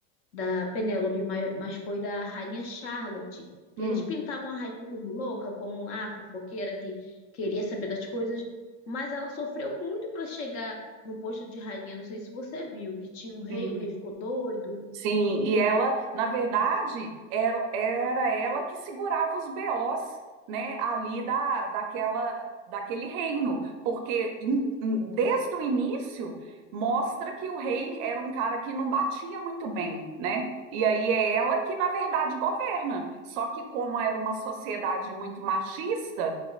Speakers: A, on the left (about 45°); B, on the right (about 45°).
A: da Penélope, mas, mas foi da Rainha Charlotte. Que
B: Hum,
A: eles pintavam a rainha como louca, como a fofoqueira que queria saber das coisas, mas ela sofreu muito para chegar no posto de rainha. Não sei se você viu, que tinha o rei,
B: sim.
A: o rei ficou doido.
B: Sim, e ela, na verdade, era, era ela que segurava os BOs, né, ali da, daquela, daquele reino, porque em- em- desde o início mostra que o rei era um cara que não batia muito bem, né? E aí é ela que, na verdade, governa. Só que como era uma sociedade muito machista,